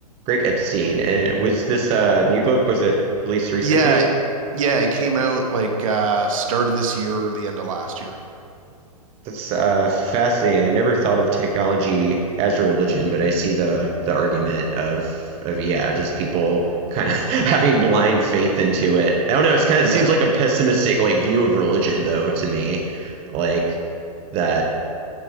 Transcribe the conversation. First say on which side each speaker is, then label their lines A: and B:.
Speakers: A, on the right (about 30°); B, on the right (about 55°).
A: Greg Epstein. And was this uh, new book? Was it released recently?
B: Yeah, yeah, it came out like uh start of this year or the end of last year.
A: That's uh, fascinating. I never thought of technology as a religion, but I see the the argument of of yeah, just people kind of <laughs> having blind faith into it. I don't know. It's kind
B: Yeah.
A: of it seems like a pessimistic like view of religion though to me, like that.